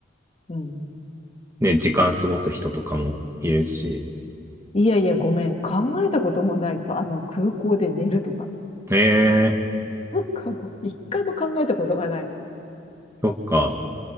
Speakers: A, on the left; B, on the right.
A: うん。
B: ね、時間過ごす人とかもいるし、
A: いやいや、ごめん。考えたこともないさ。あの、空港で寝るとか。
B: ええ、
A: <laughs> なんかもう、一回も考えたことがない。
B: そっか。